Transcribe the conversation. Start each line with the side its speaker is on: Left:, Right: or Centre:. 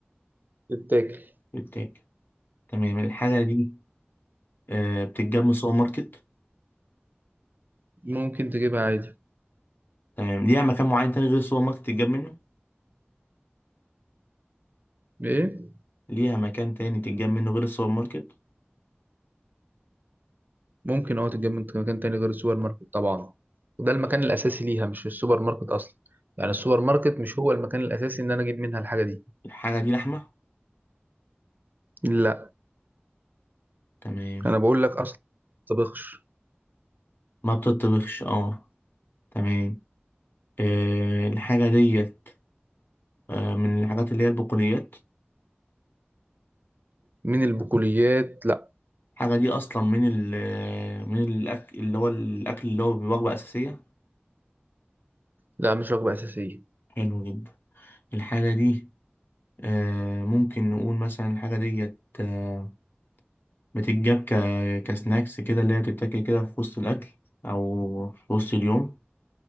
Right: تتاكل
Left: بتتاكل تمام الحاجة دي آه، بتتجاب من السوبر ماركت
Right: ممكن تجيبها عادي
Left: تمام ليها مكان معين تاني غير السوبر ماركت تتجاب منه
Right: ايه
Left: ليها مكان تاني تتجاب منه غير السوبر ماركت
Right: ممكن اه تتجاب من مكان تاني غير السوبر ماركت طبعا وده المكان الاساسي ليها مش السوبر ماركت اصلا يعني السوبر ماركت مش هو المكان الاساسي ان انا اجيب منها الحاجه دي
Left: الحاجة دي لحمة
Right: لا
Left: تمام
Right: انا بقول لك اصلا طبخش
Left: ما بتتطبخش اه تمام آه، الحاجة ديت آه، من الحاجات اللي هي البقوليات
Right: من البقوليات لا
Left: الحاجة دي أصلا من ال من الأكل اللي هو الأكل اللي هو بوجبة أساسية
Right: لا مش وجبه اساسيه
Left: حلو جدا الحاجة دي آه، ممكن نقول مثلا الحاجة ديت آه، بتتجاب ك- كسناكس كده اللي هي بتتاكل كده في وسط الأكل أو في وسط اليوم